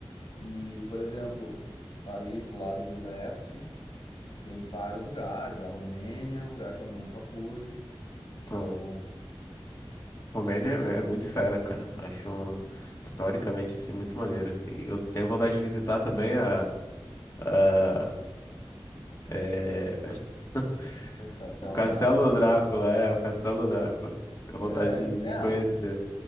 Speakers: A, on the left (about 60°); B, on the left (about 30°).
A: E, por exemplo, ali pro lado do leste, tem vários lugares, a Romênia é um lugar que eu nunca fui.
B: Então,
A: Então,
B: Romênia é, é muito fera, cara. Acho um- historicamente assim muito maneiro. E eu tenho vontade de visitar também a, a, é, <laughs>
A: o Castelo
B: Castelo
A: do Draco.
B: Drácula, é, o Castelo Drácula. Tenho vontade
A: É,
B: de,
A: então,
B: de conhecer.